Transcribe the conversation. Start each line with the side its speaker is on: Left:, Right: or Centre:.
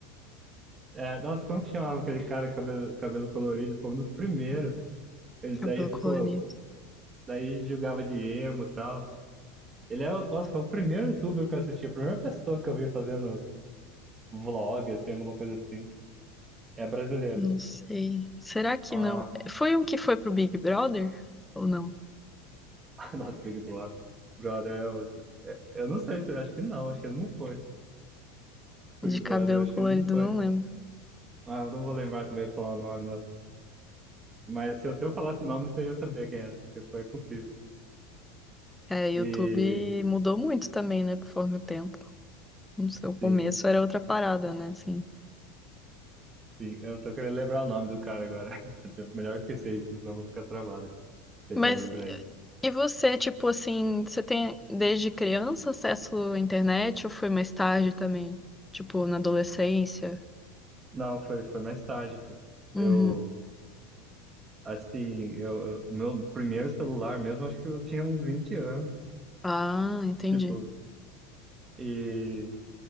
Right: é, nossa, como que chamava aquele cara cabelo, cabelo colorido? Foi um dos primeiros. Ele daí
Centre: Cabelo
Right: ficou,
Centre: colorido.
Right: daí jogava de emo e tal. Ele é, o- nossa, foi o primeiro youtuber que eu assisti, a primeira pessoa que eu vi fazendo vlog, assim, alguma coisa assim. É brasileiro.
Centre: Não sei. Será que
Right: Ah,
Centre: não? Foi um que foi pro Big Brother? Ou não?
Right: <laughs> nossa, Big Brother. Brother é outro. É, eu não sei se, acho que não, acho que ele não foi. Big
Centre: De
Right: Brother,
Centre: cabelo
Right: acho
Centre: colorido,
Right: que ele não foi.
Centre: não lembro.
Right: Ah, eu não vou lembrar também pra falar o nome, nossa. Mas se eu, se eu falasse o nome, você ia saber quem era, porque foi impossível.
Centre: É, YouTube
Right: E,
Centre: mudou muito também, né? Conforme o tempo. No seu começo
Right: sim.
Centre: era outra parada, né? Assim.
Right: Sim, eu tô querendo lembrar o nome do cara agora. <laughs> Eu- tenho- Melhor esquecer isso, senão eu vou ficar travado. Tentando
Centre: Mas
Right: lembrar isso.
Centre: e você, tipo assim, você tem desde criança acesso à internet ou foi mais tarde também? Tipo, na adolescência?
Right: Não, foi, foi mais tarde, pô. Eu,
Centre: Uhum.
Right: assim, eu, eu- meu primeiro celular mesmo, acho que eu tinha uns 20 anos.
Centre: Ah, entendi.
Right: Tipo, e